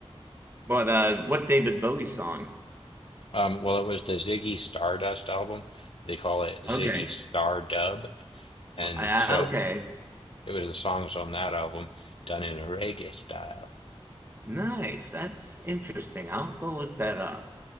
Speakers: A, on the right; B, on the left.
A: but uh, what David Bowie song?
B: Um, well, it was the Ziggy Stardust album. They call it Ziggy
A: Okay,
B: Stardub, and
A: I,
B: so
A: okay,
B: it was the songs on that album done in a reggae style.
A: nice. That's interesting. I'll have to look that up.